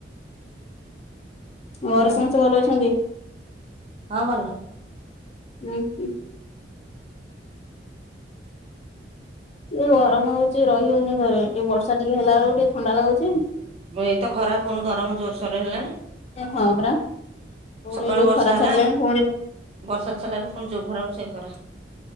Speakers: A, on the left (about 35°); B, on the right (about 35°).
A: ଘରେ
B: ଆଉ
A: ସମସ୍ତେ ଭଲ ଅଛନ୍ତି?
B: ହଁ ଭଲ
A: ଉଁ ହୁଁ। ଏଇ ଯୋଉ ଗରମ ହୋଉଚି ରହିହଉନି ଘରେ ଏଇ ବର୍ଷା ଟିକେ ହେଲା ବେଳକୁ ଟିକେ ଥଣ୍ଡା ଲାଗୁଚି।
B: ଏଇତ ଖରାପ ପୁଣି ଗରମ ଜୋରସୋର ହେଲାଣି।
A: ଏ ହଁ ପରା। ପୁଣି
B: ସକାଳୁ
A: ଯୋଉ
B: ବର୍ଷା
A: ଖରା
B: ହେଲା
A: ଛାଡିଲାଣି ପୁଣି ହୁଁ
B: ବର୍ଷା ଛାଡ଼ିଲା ଠୁ ପୁଣି ଯୋଉ ଖରା କୁ ସେଇ ଖରା।